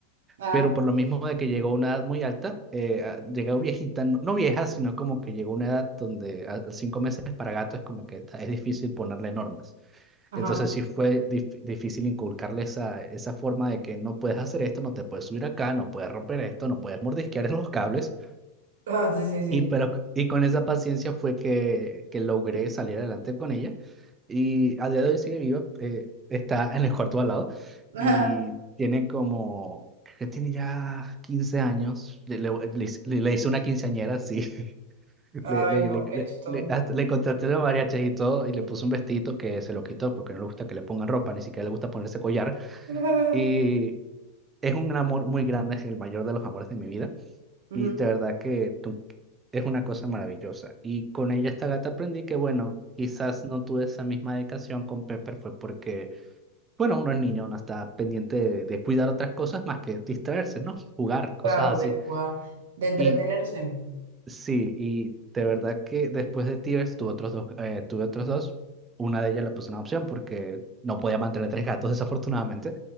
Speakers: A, on the right; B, on the right.
A: Ajá.
B: pero por lo mismo de que llegó a una edad muy alta, eh, a- llegó viejita, no, no vieja, sino como que llegó a una edad donde a- cinco meses para gato es como que está- es difícil ponerle normas.
A: Ajá.
B: Entonces sí fue dif- difícil inculcarle esa, esa forma de que no puedes hacer esto, no te puedes subir acá, no puedes romper esto, no puedes mordisquear <laughs> los cables.
A: Ah, sí, sí, sí.
B: Y, pero, y con esa paciencia fue que, que logré salir adelante con ella. Y a día de hoy sigue viva, eh, está en el cuarto al lado
A: <laughs>
B: y tiene como, creo que tiene ya 15 años. Le, le, le hice le- le hice una quinceañera, sí. <laughs>
A: Ay,
B: Le, le,
A: no,
B: le,
A: qué
B: le,
A: chistoso.
B: le- hasta le contraté los mariachis y todo y le puse un vestidito que se lo quitó porque no le gusta que le pongan ropa, ni siquiera le gusta ponerse collar.
A: <laughs>
B: Y es un amor muy grande, es el mayor de los amores de mi vida.
A: Ujú.
B: Y de verdad que tú- es una cosa maravillosa. Y con ella, esta gata, aprendí que, bueno, quizás no tuve esa misma dedicación con Pepper, fue porque, bueno, uno es niño, uno está pendiente de, de cuidar otras cosas más que distraerse, ¿no? Jugar, cosas
A: Claro,
B: así.
A: de jugar, de entretenerse.
B: Y sí, y de verdad que después de Tears tuve otros dos, eh, tuve otros dos. Una de ellas la puse en adopción porque no podía mantener tres gatos, <laughs> desafortunadamente.